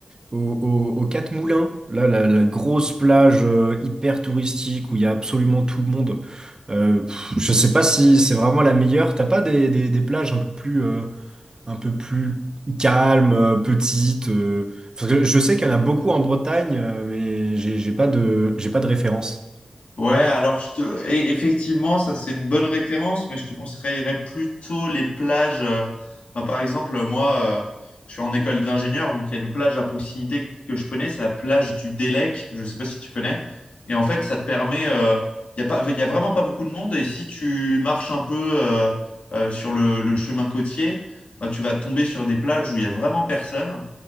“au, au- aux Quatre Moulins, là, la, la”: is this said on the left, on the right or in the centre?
Right